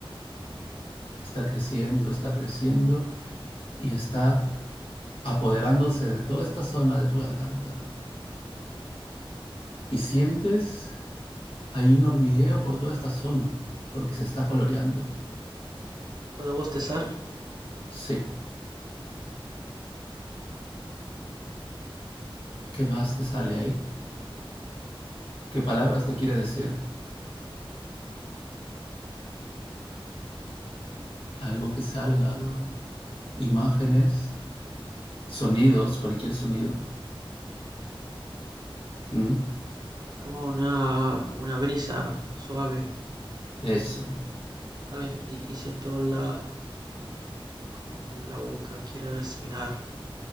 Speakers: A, on the left; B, on the right.
A: está creciendo, está creciendo y está apoderándose de toda esta zona de tu garganta. Y sientes, hay un hormigueo por toda esta zona porque se está coloreando.
B: ¿Puedo bostezar?
A: Sí, ¿qué más
B: No,
A: te sale ahí? ¿Qué palabras te quiere decir? Algo que salga,
B: no.
A: imágenes, sonidos, cualquier sonido. ¿Mm?
B: Es como una, como una brisa suave,
A: Eso,
B: ¿sale? Y, y siento la, como que la boca quiere respirar.